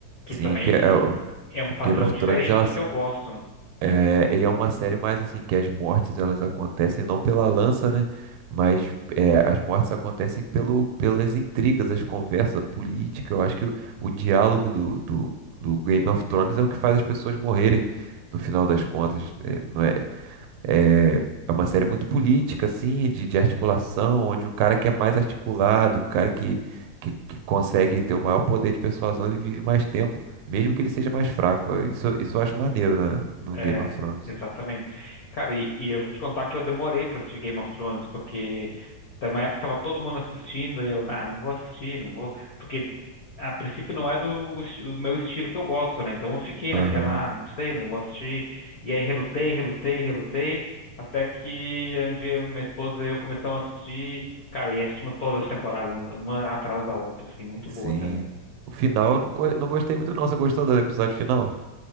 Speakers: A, on the left (about 80°); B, on the right (about 80°).
A: Que
B: Sim,
A: também
B: que é, é o
A: é um
B: o
A: padrão
B: Game of
A: diferente
B: Thrones é uma,
A: do
B: s-
A: que eu gosto.
B: é, e é uma série mais assim, que as mortes elas acontecem não pela lança, né? Mas é, as mortes acontecem pelo, pelas intrigas, as conversas, a política. Eu acho que o, o diálogo do, do, do Game of Thrones é o que faz as pessoas morrerem no final das contas. né? não é, é, é uma série muito política, assim, de, de articulação, onde o cara que é mais articulado, o cara que, que, que consegue ter o maior poder de persuasão, ele vive mais tempo, mesmo que ele seja mais fraco. É, Isso, isso eu acho maneiro na, no
A: É,
B: Game of Thrones.
A: exatamente. Cara, e, e eu vou te contar que eu demorei pra assistir Game of Thrones, porque tem uma época que tava todo mundo assistindo e eu, ah, não vou assistir, não vou, porque a princípio não é do, o esti- o meu estilo que eu gosto, né? Então eu fiquei
B: Aham,
A: naquela, ah, não sei, não vou assistir. E aí relutei, relutei, relutei, até que um dia minha esposa e eu começamos a assistir, cara, e assistimos todas as temporadas, uma atrás da outra, assim, muito
B: sim.
A: boa também.
B: O final eu não, co- não gostei muito, não. Você gostou do episódio final?